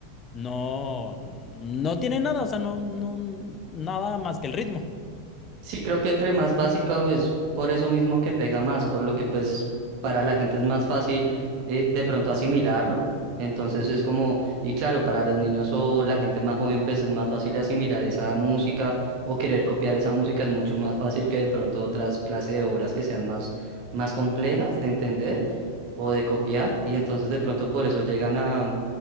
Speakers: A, on the left; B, on the right.
A: no, no tiene nada, o sea, no, no, nada más que el ritmo.
B: Sí, creo que entre más básica es por eso mismo que pega más, por lo que pues para la gente es más fácil eh, de pronto asimilarlo. Entonces es como, y claro, para los niños o la gente más joven pues es más fácil asimilar esa música o querer copiar esa música es mucho más fácil que de pronto otras clases de obras que sean más, más complejas de entender o de copiar. Y entonces de pronto por eso llegan a,